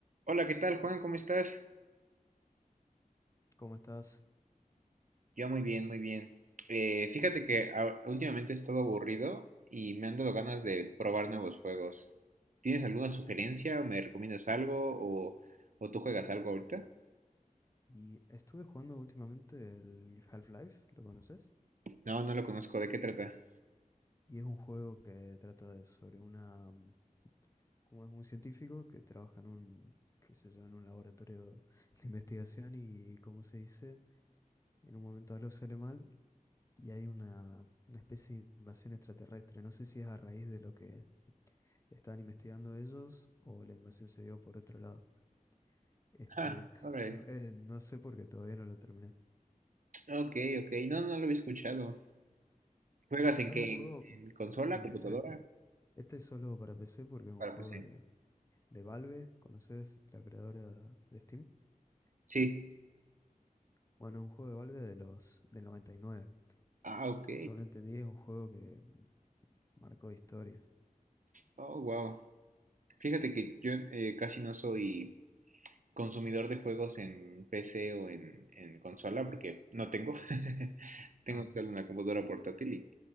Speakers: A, on the right (about 65°); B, on the left (about 20°).
A: Hola, ¿qué tal, Juan? ¿Cómo estás?
B: ¿Cómo estás?
A: Yo muy bien, muy bien. Eh, fíjate que a- últimamente he estado aburrido y me han dado ganas de probar nuevos juegos. ¿Tienes alguna sugerencia o me recomiendas algo o, o tú juegas algo ahorita?
B: Y estuve jugando últimamente el Half-Life, ¿lo conoces?
A: No, no lo conozco. ¿De qué trata?
B: Y es un juego que trata de- sobre una, mm, como es un científico que trabaja en un, qué sé yo, en un laboratorio de investigación y, como se dice, en un momento algo sale mal y hay una, una especie de invasión extraterrestre. No sé si es a raíz de lo que estaban investigando ellos o la invasión se dio por otro lado. Este,
A: Ah,
B: <laughs>
A: alright.
B: em- eh, no sé porque todavía no lo terminé.
A: Ok, ok. No, no lo había escuchado. ¿Juegas en
B: Ah,
A: qué?
B: es un juego,
A: ¿En consola,
B: empecé.
A: computadora?
B: Este es solo para PC porque es un
A: Para
B: juego
A: PC.
B: de, de Valve. ¿Conoces la creadora de Steam?
A: Sí.
B: Bueno, es un juego de Valve de los del 99.
A: Ah, ok.
B: Según entendí, es un juego que marcó historia.
A: Oh, wow. Fíjate que yo eh, casi no soy. consumidor de juegos en PC o en, en consola, porque no tengo. <laughs> Tengo
B: Ah,
A: solo una computadora portátil y